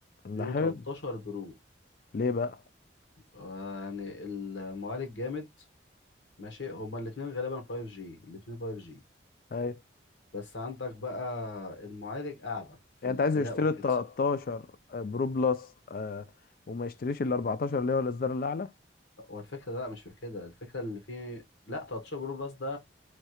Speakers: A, on the left; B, on the left.
A: رينو
B: ده حلو
A: 13 برو
B: ليه بقى
A: آه، يعني المعالج جامد ماشي هما الاتنين غالبا 5 جي الاتنين 5 جي
B: اي
A: بس عندك بقى المعالج اعلى في
B: يعني
A: الاداء
B: انت عايز يشتري
A: وكده
B: ال 13 برو بلس آه، وما يشتريش ال 14 اللي هو الاصدار الاعلى
A: هو الفكره لا مش في كده الفكره اللي فيه لا 13 برو بلس ده